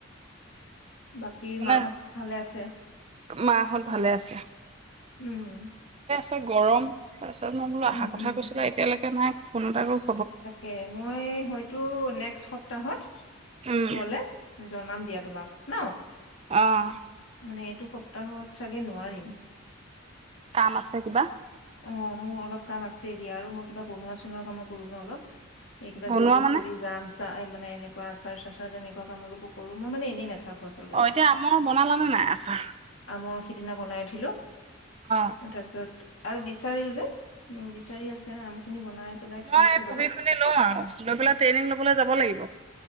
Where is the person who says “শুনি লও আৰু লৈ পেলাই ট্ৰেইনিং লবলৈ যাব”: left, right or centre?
Right